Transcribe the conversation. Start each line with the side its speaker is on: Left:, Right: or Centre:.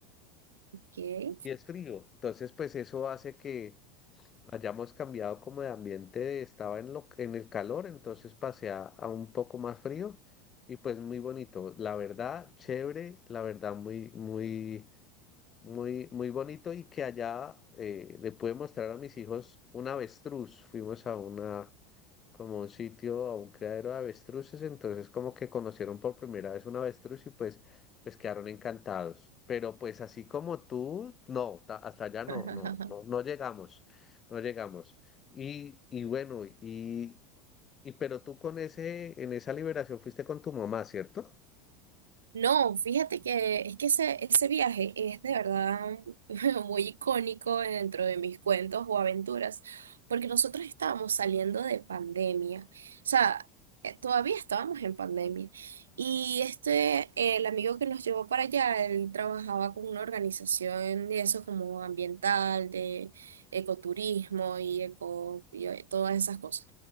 Right: Ok.
Left: y es frío. Entonces, pues eso hace que hayamos cambiado como de ambiente, de- estaba en, lo, en el calor, entonces pasé a, a un poco más frío y pues muy bonito. La verdad, chévere, la verdad, muy, muy... Muy, muy bonito y que allá eh, le pude mostrar a mis hijos un avestruz. Fuimos a una, como un sitio, a un criadero de avestruces, entonces como que conocieron por primera vez un avestruz y pues, pues quedaron encantados. Pero pues así como tú, no, ta- hasta allá no,
Right: <laughs>
Left: no, no, no llegamos, no llegamos. Y, y bueno, y, y pero tú con ese, en esa liberación fuiste con tu mamá, ¿cierto?
Right: No, fíjate que es que ese, ese viaje es de verdad <laughs> muy icónico dentro de mis cuentos o aventuras, porque nosotros estábamos saliendo de pandemia, o sea, eh, todavía estábamos en pandemia, y este, eh, el amigo que nos llevó para allá, él trabajaba con una organización de eso como ambiental, de ecoturismo y, eco, y eh, todas esas cosas.